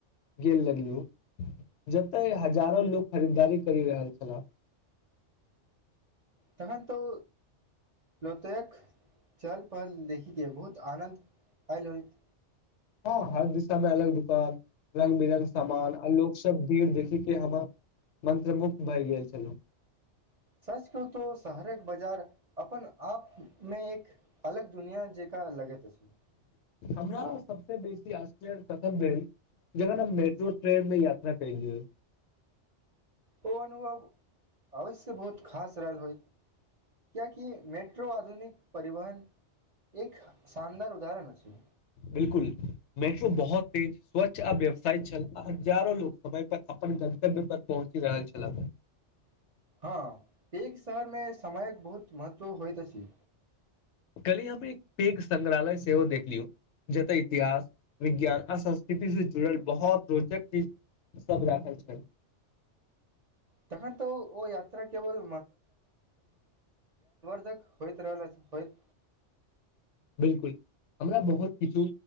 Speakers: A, on the left; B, on the right.
A: गेल लगलियौ जतय हजारो लोक खरीददारी करि रहल छलाह <inaudible>
B: तखन तऽ प्लोतयक चहल पहल देखिके बहुत आनन्द आयल होइत
A: हअ् हर दिशा में अलग दुकान रंग बिरंग सामान आ लोक सब भीड़ देखी के हमर मंन्त्र मुुक्त भए गेल छलहु
B: सच कहूं तऽ शहरक बाजार अपन आप में एक अलग दुनिया जेका लगेत अछी
A: हमरा सबसे बेसी आश्चर्य तखन भेल जखन हम मेट्रो ट्रेन मे यात्रा कएली
B: ओ अनुभव अवश्य बहुत खास रहल होइ क्या कि मेट्रो आधुनिक परिवहन एक शानदार उदाहरण अछै
A: बिलकुल मेट्रो बहुत तेज स्वच्छ आ व्यवसाय चल आ हजारो लोक समय पर अपन गन्तव्य पर पहुँची रहल छल
B: हँ एक शहर में समायक बहुत महत्व होइत अछि
A: कली हम एक पेघ संग्रहालय सेहो देखलियौ जते इतिहास विज्ञान आ संस्कृति से जुड़ल बहुत रोचक चीज सभ राखल छै
B: तखन तऽ ओ यात्रा केवल तक होइत रहल अछि होइत
A: बिलकुल हमरा बहुत किछु